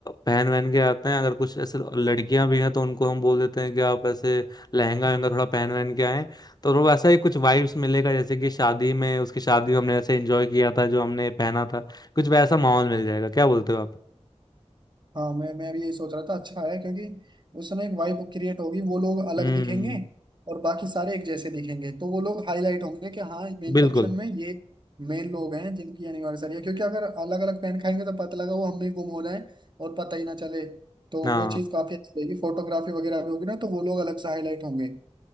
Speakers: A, on the left (about 35°); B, on the right (about 40°).
A: पहन वहन के आते हैं अगर कुछ ऐसे लड़कियां भी हैं तो उनको हम बोल देते हैं कि आप ऐसे लहंगा वहंगा थोड़ा पहन वहन के आए तो वो वैसा ही कुछ वाइब्स मिलेगा जैसे कि शादी में उसकी शादी में हमने ऐसे एंजॉय किया था जो हमने पहना था कुछ वैसा माहौल मिल जाएगा क्या बोलते हो आप
B: हाँ मैं मैं भी यही सोच रहा था अच्छा है क्योंकि उसमें एक वाइब क्रिएट होगी वो लोग अलग
A: हम्म
B: दिखेंगे और बाकी सारे एक जैसे दिखेंगे तो वो लोग हाईलाइट होंगे कि हाँ मेन
A: बिल्कुल
B: फंक्शन में ये मेन लोग हैं जिनकी एनिवर्सरी है क्योंकि अगर अलग अलग पेन खाएंगे तो पता लगा वो हमने गुम हो जाए और पता ही ना चले तो
A: हाँ
B: वो चीज़ काफी अच्छी रहेगी फोटोग्राफी वगैरह भी होगी ना तो वो लोग अलग से हाईलाइट होंगे